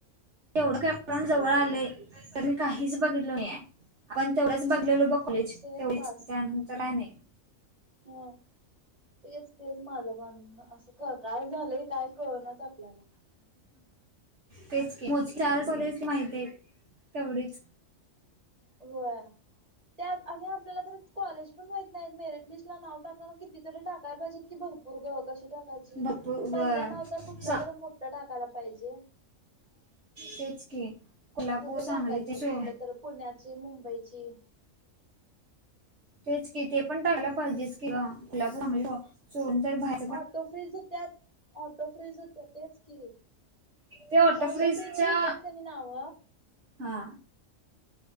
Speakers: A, on the right; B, on the right.
A: एवढं कॅप राऊंड जवळ आलंय तर मी काहीच बघितलो नाहीय आपण तेवढंच बघलेलो बघ कुलेज
B: सेम
A: तेवढळीच त्यानंतर आहे नाही.
B: हा तेच तेच माझं बांधण असं. का काय झालंय काय कळणारच आपल्याला.
A: तेचज चार चलेच माहिती आहे तेवढीच.
B: हो त्या आणि आपल्याला तर कॉलेज पण व्हाय. नाही मेरिट लिस्ट ला नाव टाक कितीतरी टाकाय पाहिजेत की भरपूर ग कशी टाकाय.
A: भरपूर व
B: पहिलं नाव तर कुठलं तर मोठं टाकायला पाहिजे.
A: तेच की. कोल्हापूर
B: ह्याच
A: सांगली
B: टाकायचं
A: ते सो
B: कुठलं तर पुण्याची मुंबईची.
A: तेच की ते पण टायल पाहिजे की ग कोच बाहेर
B: ऑटो फ्रीज त्यात ऑटो फ्रीज त्या तेच की
A: ते
B: ऑटो
A: फ्रीजच्या
B: फ्रिरीज जे होत्यात कनी नाव
A: हा